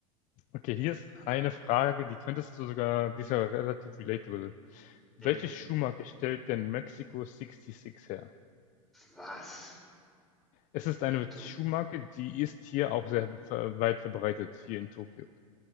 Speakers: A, on the left; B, in the centre.
A: Okay, hier ist eine Frage, die könntest du sogar, die ist ja relativ relatable. Welche
B: Mhm.
A: Schuhmarke stellt denn Mexico sixty her?
B: Was?
A: Es ist eine
B: Du.
A: Schuhmarke, die ist hier auch sehr ver- weit verbreitet, hier in Tokio.